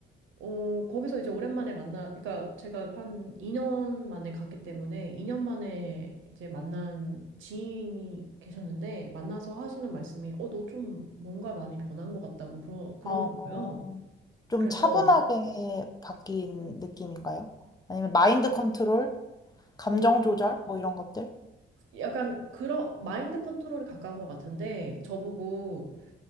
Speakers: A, on the right (about 80°); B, on the left (about 20°).
A: 어, 거기서 이제 오랜만에 만나, 그러니까 제가 한 2년 만에 갔기 때문에 2년 만에 이제 만난 지인이 계셨는데 만나서 하시는 말씀이 어, 너 좀 뭔가 많이 변한 것 같다고 그러, 그러는
B: 어.
A: 거예요.
B: 좀
A: 그래서
B: 차분하게 바뀐 느낌인가요? 아니면 마인드 컨트롤, 감정
A: 어,
B: 조절, 뭐 이런 것들?
A: 약간 그런 마인드 컨트롤에 가까운 것 같은데 저보고